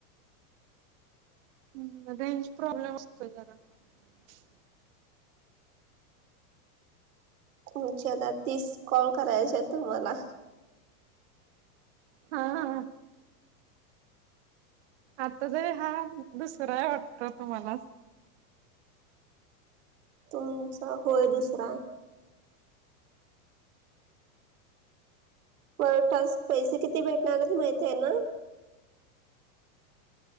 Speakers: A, on the right (about 50°); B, on the right (about 70°).
A: हम्म रेंज प्रॉब्लेम असतोय घरात
B: अच्छा तर तीस कॉल करायचे तुम्हाला
A: हा हा आता जरी हा दुसराय वाटत तुम्हाला
B: तुमचा होय दुसरा पहिला टास्क पैसे किती भेटणार माहती आहे ना.